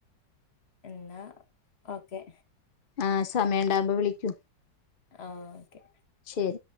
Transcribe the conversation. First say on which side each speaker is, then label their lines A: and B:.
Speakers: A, on the left; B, on the left.
A: എന്നാ ഓക്കെ
B: ആ സമയണ്ടാവ്മ്പോ വിളിക്കൂ
A: ആ ഓക്കെ
B: ശരി